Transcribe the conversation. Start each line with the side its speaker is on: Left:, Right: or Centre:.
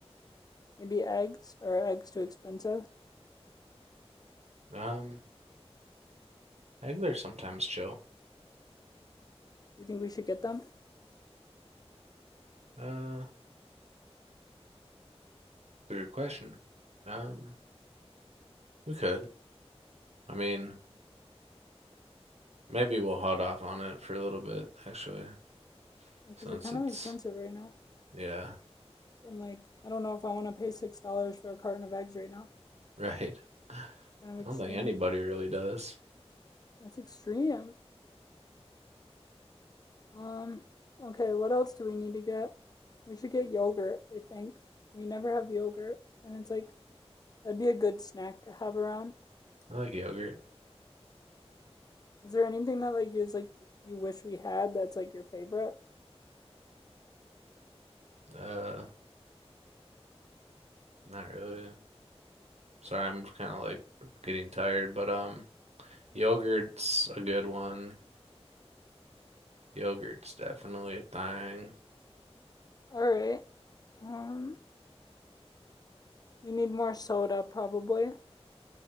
Left: maybe eggs or eggs too expensive?
Right: Um, Eggler's sometimes chill.
Left: Do you think we should get them?
Right: Uh, good question. Um, we could. I mean, maybe we'll hold off on it for a little bit, actually.
Left: Yeah, Because
Right: Since
Left: they're kind
Right: it's,
Left: of expensive right now.
Right: yeah,
Left: So I'm like, I don't know if I want to pay six dollars for a carton of eggs right now.
Right: <laughs> right. I
Left: It's kind of
Right: don't
Left: extreme.
Right: think anybody really does.
Left: That's extreme. Um. Okay. What else do we need to get? We should get yogurt. I think we never have yogurt, and it's like that'd be a good snack to have around.
Right: I like yogurt.
Left: Is there anything that like is like you wish we had that's like your favorite?
Right: Uh, not really. Sorry, I'm kind of like getting tired, but um, yogurt's a good one. Yogurt's definitely a thing.
Left: All right. Um. We need more soda probably.